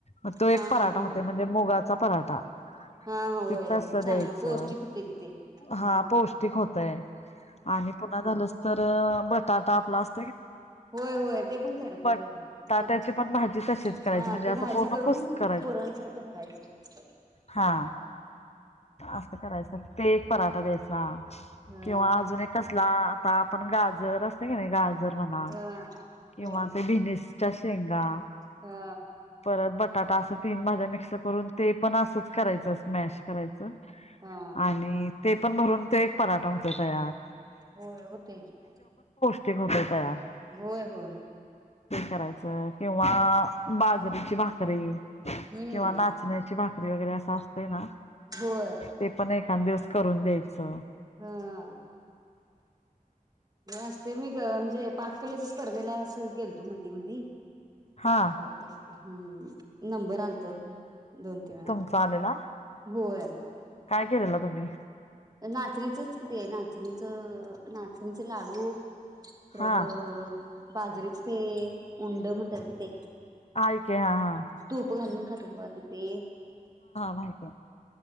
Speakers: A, on the left; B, on the right.
A: मग तो एक
B: हा
A: पराठा
B: हा हा
A: होतय म्हणजे मुगाचा पराठा
B: हा होय
A: ते तस
B: चांगलं
A: द्यायचं
B: पौष्टिक होते कि ते हम्म
A: हा पौष्टिक होतय आणि पुन्हा झालंच तर बटाटा आपला अस
B: होय होय ते पण करतय
A: बटाट्याची
B: होय ते पण छान
A: भाजी तशीच करायची
B: हा
A: म्हणजे
B: ते
A: असं
B: भाजी
A: पूर्ण
B: करून
A: कुस करायच
B: पुरणसारखं भरायचं.
A: हा असं करायचं ते एक पराठा द्यायचा.
B: हा
A: किंवा अजून एक कसला आता आपण गाजर असत की नाही गाजर. म्हणा,
B: हा
A: किंवा
B: हो
A: त्या बिबिस च्या शेंगा
B: हा
A: परत बटाटा असं तीन भाज्या मिक्स करून ते पण असंच करायचं स्मॅश करायचं
B: हा
A: आणि ते पण भरून ते.. पराठा होते तयार.
B: होय होतय की.
A: ते होत.. तयार.
B: होय होय
A: ते करायचं किंवा बाजरीची भाकरी
B: हम्म
A: किंवा नाचण्याची भाकरी वगैरे अस. असतय ना
B: होय
A: ते पण एक. सात देवस. करून द्यायचं.
B: हा असते मी म्हणजे पाककले स्पर्धेला सुरू केलतो मधी मधी.
A: हा
B: कत्तर. हम्म नंबर आलत. दोन तीन वेळा
A: तुमच
B: आता
A: आलेला?
B: होय
A: काय केलेलं तुम्ही?
B: नाचणीचंच कि ते नाचणीचं नाचणीच लाडू. परत
A: हा
B: अ बाजरीच ते उंड म्हणतात कि ते.
A: हाय की हा हा
B: तूप खालून खात्यात बगा ते ते
A: माहितीय